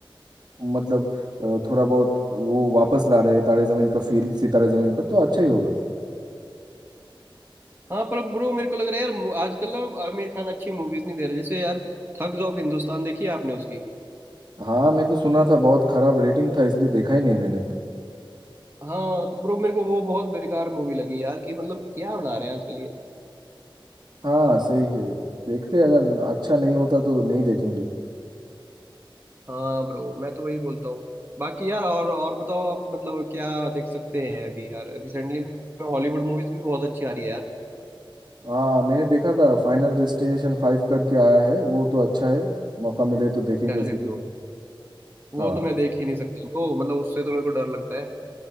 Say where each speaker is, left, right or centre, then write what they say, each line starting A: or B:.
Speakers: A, on the right; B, on the right.
A: मतलब अ, थोड़ा बहुत वो वापस ला रहे हैं तारे जमीन का फील सितारे जमीन पर तो अच्छा ही होगा
B: हाँ पर ब्रो मेरे को लग रहा है यार मु- आजकल ना आमिर खान अच्छी मूवीज नहीं दे रहे जैसे यार थग्स ऑफ हिंदुस्तान देखी है आपने उसकी
A: हाँ मैं तो सुना था बहुत खराब रेटिंग था इसलिए देखा ही नहीं मैंने
B: हाँ तो ब्रो मेरे को वो बहुत बेकार मूवी लगी यार कि मतलब क्या बना रहे हैं आजकल ये
A: हाँ सही है देखते हैं, अगर अच्छा नहीं होता तो नहीं देखेंगे
B: हाँ ब्रो मैं तो वही बोलता हूँ बाकी यार और और बताओ आप मतलब क्या देख सकते हैं अभी यार रिसेंटली में हॉलीवुड मूवीज भी बहुत अच्छी आ रही है यार
A: हाँ मैंने देखा था फाइनल डेस्टिनेशन फाइव करके आया है वो तो अच्छा है मौका मिले तो देखेंगे
B: अरे
A: जरूर
B: ब्रो वो
A: हाँ
B: तो मैं देख ही नहीं सकता ब्रो मतलब उससे तो मेरे को डर लगता है